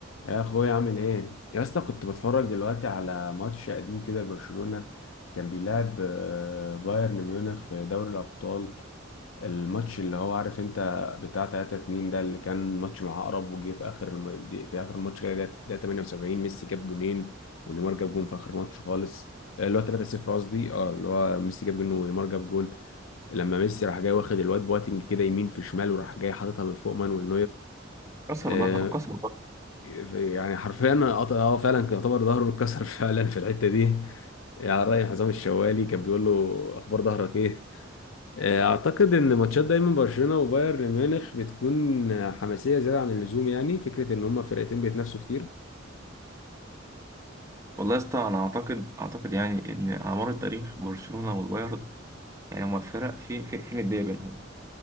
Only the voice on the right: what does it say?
كسر
ظهره كسر ظهره
والله يا اسطى انا اعتقد اعتقد يعني ان على مر التاريخ برشلونه والبايرن يعني هما فرق في في في نديه بينهم